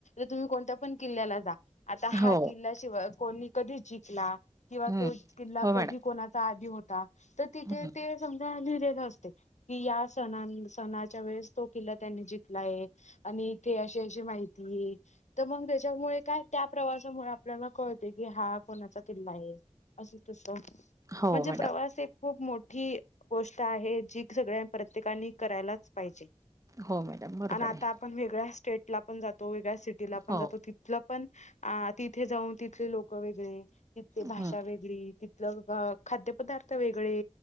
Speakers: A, on the left; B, on the right.
A: <unintelligible> तुम्ही कोणत्या पण किल्ल्याला जा आता हा
B: हो,
A: किल्ला शिवा अ कोणी, कधी जिकला, किंवा
B: हं.
A: तो किल्ला
B: हो
A: कधी
B: मॅडम.
A: कोणाचा त आधी होता, तर तिथे
B: हं,
A: ते समजा लिहिलेलं अस ते कि या सनान सणाच्या वेळेस तो किल्ला त्यांनी जिकला आहे आणि इथे अशे अशे माहिती ये त मंग त्याच्यामुळे काय, त्या प्रवासामुळे आपल्याला कळते हा कोणाचा किल्ला ला आहे अस तस,
B: हो
A: म्हणजे
B: मॅडम.
A: प्रवास एक खूप मोठी गोष्ट आहे. जी सगळ्या प्रत्येकानी करायलाच पाहिजे
B: हो मॅडम, बरोबर
A: आन आता
B: आहे.
A: आपण वेगळ्या <unintelligible> स्टेटला पण जातो, वेगळ्या सिटीला पण
B: हो,
A: जातो, तिथलं पण तिथे जाऊन तिथले लोक वेगळे तिथली भाषा
B: हं.
A: वेगळी तिथलं. खाद्यपदार्थ वेगळे